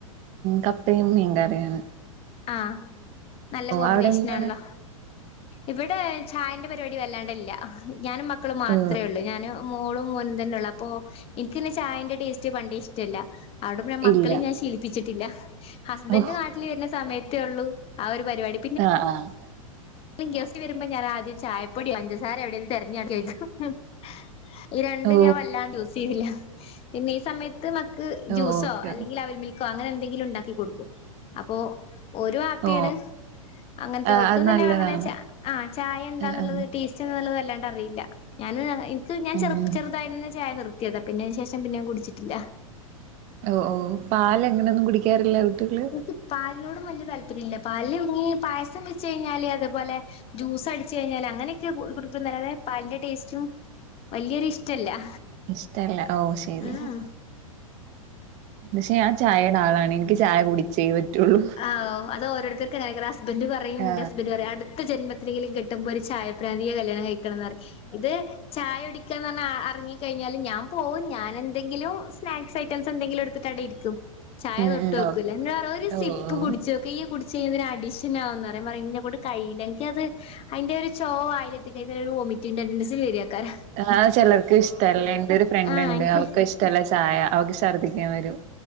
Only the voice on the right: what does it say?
കപ്പയും മീം കറിയാണ്.
അവിടെ എന്താണ്
ഓ
ഇല്ല
ഓ
ആഹ് ആഹ്
ഓ
ഓ
ഓക്കെ
ഓക്കെ
ഓ
ആ
അത്
നല്ലതാണ്
ആ ആ
ഉം
ഓ ഓ പാല് എങ്ങനെയൊന്നും കുടിക്കാറില്ല കുട്ടികൾ
ഇഷ്ടല്ല ഓ ശരി
ശരി പക്ഷേ ഞാൻ ചായയുടെ ആളാണ് ഇ നിക്ക് ചായ കുടിച്ചേ പറ്റൊള്ളൂ
ആ
ഉം ഉം
ഓക്കെ
ഓ ഓ
ആഹ് ചെലർക്ക് ഇഷ്ടല്ല എന്റെ ഒരു ഫ്രണ്ട്
ഉണ്ട്
അവർക്ക ഇഷ്ടല്ല ചായ അവൾക്ക് ശർദ്ദിക്കാൻ വരും